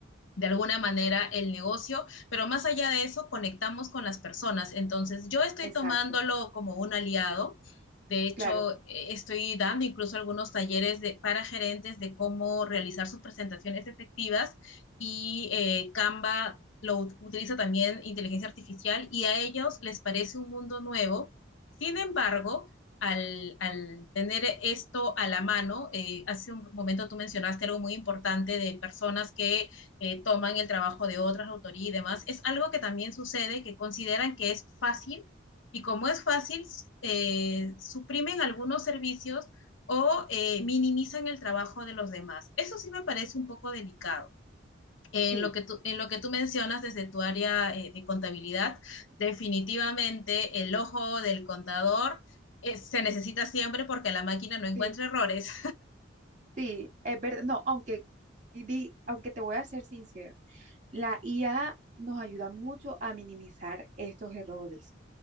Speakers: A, on the left; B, on the right.
A: de alguna manera el negocio, pero más allá de eso, conectamos con las personas. Entonces, yo estoy
B: Exacto,
A: tomándolo como un aliado. De hecho,
B: claro,
A: eh, estoy dando incluso algunos talleres de, para gerentes de cómo realizar sus presentaciones efectivas y eh, Canva lo ut- utiliza también inteligencia artificial y a ellos les parece un mundo nuevo. Sin embargo, al, al tener esto a la mano, eh, hace un momento tú mencionaste algo muy importante de personas que eh, toman el trabajo de otras autorías y demás. Es algo que también sucede, que consideran que es fácil y como es fácil, eh, suprimen algunos servicios o eh, minimizan el trabajo de los demás. Eso sí me parece un poco delicado. En
B: sí,
A: lo que tú, en lo que tú mencionas desde tu área eh, de contabilidad, definitivamente el ojo del contador eh, se necesita siempre porque la máquina no encuentra
B: sí.
A: errores.
B: Sí, es verdad. No, aunque, y di- aunque te voy a ser sincera, la IA nos ayuda mucho a minimizar estos errores.